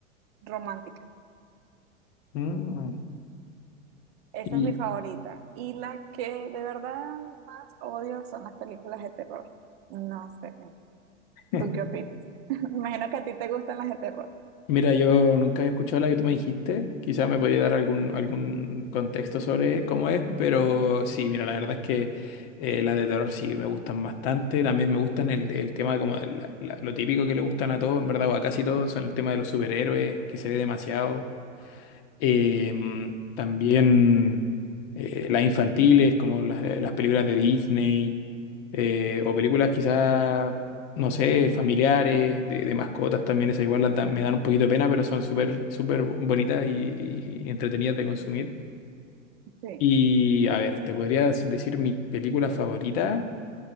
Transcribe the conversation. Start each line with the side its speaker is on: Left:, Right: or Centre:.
Right: romántica.
Left: Mm.
Right: Esa
Left: Y
Right: es mi favorita. Y la que de verdad más odio son las películas de terror. No sé,
Left: <laughs>
Right: ¿tú qué opinas? <laughs> Imagino que a ti te gustan las de terror.
Left: mira, yo nunca había escuchado la que tú me dijiste. Quizás me podría dar algún, algún contexto sobre cómo es, pero sí, mira, la verdad es que eh, las de terror sí me gustan bastante. También me gustan el, el tema como de la- la- lo típico que le gustan a todos, en verdad, o a casi todos, son el tema de los superhéroes, que se ve demasiado. Em, también eh, las infantiles, como las, eh, las películas de Disney, eh, o películas quizás, no sé, familiares, de, de mascotas también, esas igual las dan- me dan un poquito de pena, pero son súper, súper bonitas y, y entretenidas de consumir.
Right: Sí,
Left: Y a ver, te podría decir mi película favorita,